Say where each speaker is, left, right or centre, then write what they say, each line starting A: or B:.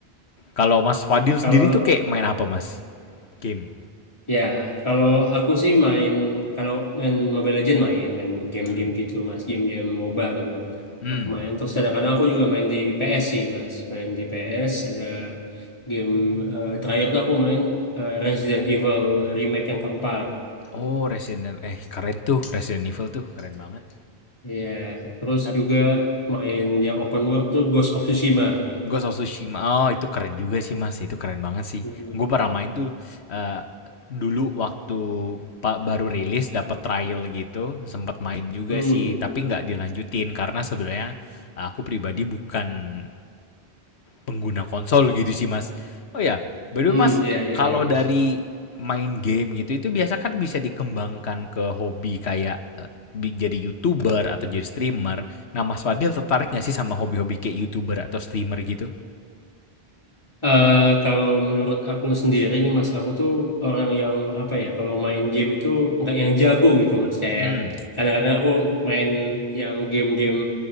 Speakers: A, on the left (about 90°); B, on the left (about 25°).
A: Kalau Mas Fadil sendiri
B: kalau
A: tuh kayak main apa Mas? Game.
B: ya kalau aku sih main karena main Mobile Legend main main game-game
A: Hmm.
B: gitu mas, game-game MOBA gitu kan.
A: Hmm.
B: Aku main terus kadang-kadang aku juga main di PS sih mas, main di PS ada game eh, terakhir tuh aku main eh, Resident Evil Remake yang keempat.
A: Oh, Resident eh keren tuh Resident Evil tuh keren banget.
B: Iya, terus
A: Tapi
B: juga main yang open world tuh Ghost of Tsushima.
A: Ghost of Tsushima oh itu keren juga sih Mas, itu keren banget sih.
B: Hmm,
A: Gue pernah main tuh eh, dulu waktu pak baru rilis dapat trial gitu, sempat main juga
B: hmm,
A: sih,
B: hmm,
A: tapi nggak dilanjutin karena sebenarnya aku pribadi bukan pengguna konsol gitu sih mas. Oh ya, by the
B: Hmm,
A: way mas,
B: ya ya
A: kalau
B: ya mas.
A: dari main game gitu itu biasa kan bisa dikembangkan ke hobi kayak eh, jadi youtuber atau jadi streamer. Nah mas Fadil tertarik nggak sih sama hobi-hobi kayak youtuber atau streamer gitu?
B: Eh, kalau menurut aku sendiri nih Mas, aku tuh orang yang apa ya, kalau main game itu nggak yang jago gitu Mas. Kayak
A: Hmm,
B: kadang-kadang aku main yang game-game